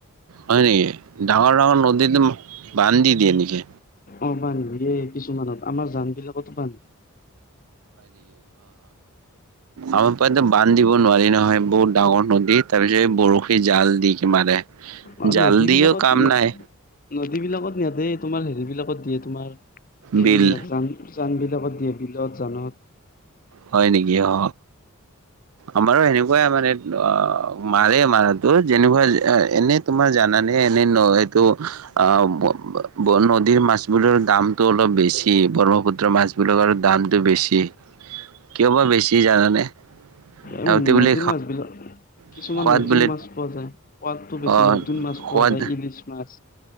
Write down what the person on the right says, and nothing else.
হয় নেকি ডাঙৰ ডাঙৰ নদীতো বান্ধ দি দিয়ে নেকি
আমি পৰাো বান্ধ দিব নোৱাৰি নহয় বহুত ডাঙৰ নদী তাৰপিছত বৰফী জাল দি কি মাৰে।
জাল
দিও
কাম
নাই,
বিল
হয় নেকি অ আমাৰো সেনেকুৱাই মানে অ মাৰে মাৰটো যেনেকুৱা এনে তোমাৰ জানানে এনে ন এইটো অ নদীৰ মাছবোৰৰ দামতো অলপ বেছি ব্ৰহ্মপুত্ৰ মাছ বিলাকৰ দামতটো বেছি কিয় বা বেছি জানানে সিহঁতে
বোলে
সোৱাদ
বোলে
অ
সোৱাদ